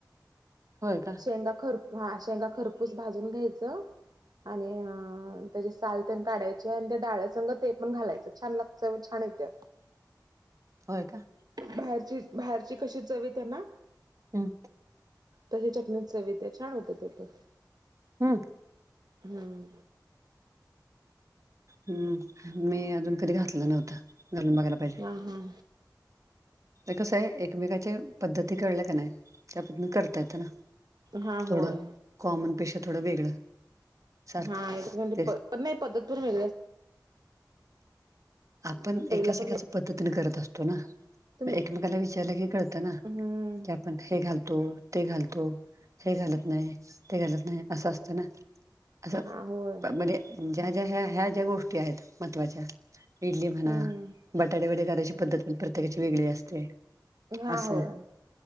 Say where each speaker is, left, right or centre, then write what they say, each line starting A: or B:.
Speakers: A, on the right; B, on the right.
A: हो का
B: शंगा खर हा शेंगा खरपूस भाजून घ्यायचं आणि त्याचे साल त्या काढायचे आणि त्या डाळ्यासंग ते पण घालायचं छान लागतं छान येते
A: होय का
B: बाहेरची बाहेरची कशी चवी त्यांना
A: हां
B: तशी चटणीत सवित्या छान होत ते प
A: हम्म
B: हम्म
A: हम्म मी अजून कधी घातलं नव्हतं घालून बघायला पाहिजे
B: हां हां
A: ब कस आहे एकमेकाच्या पद्धती कळल्या का नाही त्या पद् करता येत ना
B: हा
A: थोडं
B: होय
A: कॉमन पेशा थोडं वेगळं सारखं
B: हा एकंे
A: तेच
B: नाही पद्धत पण मि
A: आपण
B: चवीला
A: एकाच
B: पण
A: एकाच
B: वेग
A: पद्धतीने करत असतो ना
B: तुम
A: म एकमेकाला विचारलं की कळतं ना
B: हम्म
A: की आपण हे घालतो ते घालतो हे घालत नाही ते घालत नाही असं असतं ना असं
B: हा होय
A: म्हणजे ज्या ज्या ह्या ह्या ज्या गोष्टी आहेत महत्त्वाच्या इडली म्हणा
B: हम्म
A: बटाटे वडे करायची पद्धत पण प्रत्येकाची वेगळी असते
B: हा
A: असं
B: होय